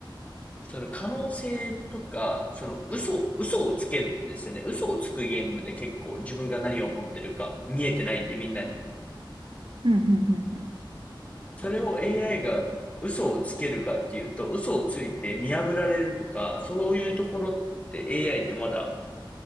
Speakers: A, on the left; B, on the right.
A: その可能性とか、その嘘、嘘をつけるんですよね。嘘をつくゲームで結構自分が何を持ってるか見えてないんでみんなに。
B: うん、うん、うん、うん。
A: それを AI が嘘をつけるかっていうと、嘘をついて見破られるとか、そういうところって AI ってまだ